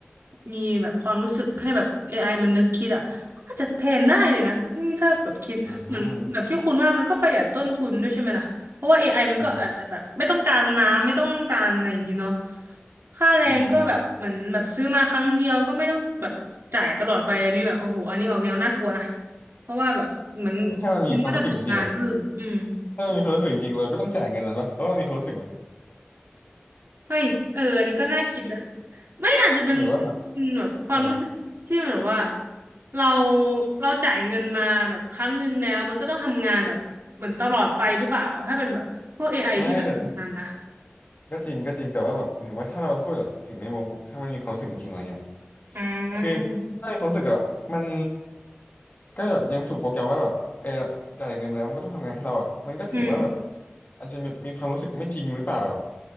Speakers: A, on the right; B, on the left.
A: มีแบบความรู้สึกให้แบบ AI มันนึกคิดอ่ะก็อาจจะแทนได้เลยนะนี่ถ้าแบบคิดเหมือนแบบที่คุณว่ามันก็ประหยัดต้นทุนด้วยใช่ไหมล่ะ
B: อืม
A: เพราะว่า AI มันก็อาจจะแบบไม่ต้องการน้ำไม่ต้องการอะไรอย่างนี้เนาะ
B: อืม
A: ค่าแรงก็แบบเหมือนแบบซื้อมาครั้งเดียวก็ไม่ต้องแบบจ่ายตลอดไปอันนี้แบบโอ้โหอันนี้ออกแนวน่ากลัวนะ
B: อืมอืม
A: เพราะว่าแบบเหมือน
B: ถ้ามันมีความรู้สึกจริงๆอ่ะ
A: คุณก็จะตกงานเพิ่มอืม
B: ถ้ามันมีความรู้สึกจริงๆเราก็ต้องจ่ายเงินมันปะเพราะมันมีความรู้สึกมัน
A: เฮ้ยเอออันนี้ก็น่าคิดอะไม่อาจจะเป็น
B: หรือว่าแบบ
A: เป็นแบบความรู้สึกที่แบบว่า
B: อ่า
A: เราเราจ่ายเงินมาแบบครั้งหนึ่งแล้วมันก็ต้องทำงานแบบเหมือนตลอดไปหรือเปล่าถ้าเป็นแบบพวกเอไ i
B: ไม่แต่
A: ที่แบบทำงานนะ
B: ก็จริงก็จริงแต่ว่าแบบถึงว่าถ้าเราพูดแบบถึงในมุมถ้ามันมีความรู้สึกจริงๆอะไรเงี้ย
A: อืม
B: คือถ้ามีความรู้สึกแต่แบบมันก็แบบยังถูกโปรแกรมว่าแบบเออจ่ายเงินมาแล้วมันก็ต้องทำงานให้เราอ่ะมันก็ถือว่าแบบ
A: อืม
B: อาจจะมีมีความรู้สึกไม่จริงหรือเปล่าแบบ